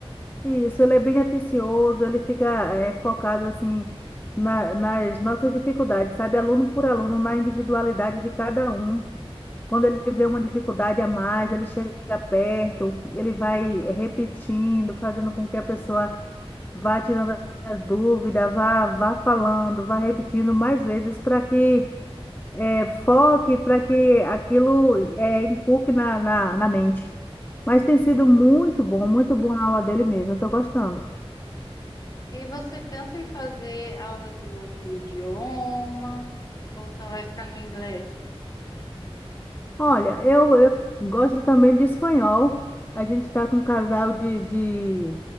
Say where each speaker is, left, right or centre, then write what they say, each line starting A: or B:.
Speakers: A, on the left (about 20°); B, on the left (about 40°).
A: Isso, ele é bem atencioso, ele fica eh, focado assim na- nas nossas dificuldades, sabe? Aluno por aluno, na individualidade de cada um. Quando ele vê uma dificuldade a mais, ele chega perto, ele vai repetindo, fazendo com que a pessoa vá tirando a dúvida, vá, vá falando, vá repetindo mais vezes para que é, foque para que aquilo é, inculque na, na, na mente. Mas tem sido
B: Isso.
A: muito bom, muito boa a aula dele mesmo, estou gostando.
B: E você pensa em fazer aula de outro idioma ou só vai ficar no inglês?
A: Olha, eu, eu gosto também de espanhol. A gente está com um casal de, de,